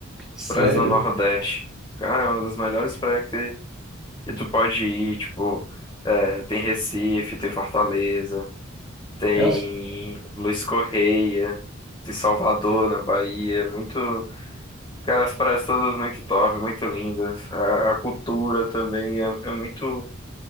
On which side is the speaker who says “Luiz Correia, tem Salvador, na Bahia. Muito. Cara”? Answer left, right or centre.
Left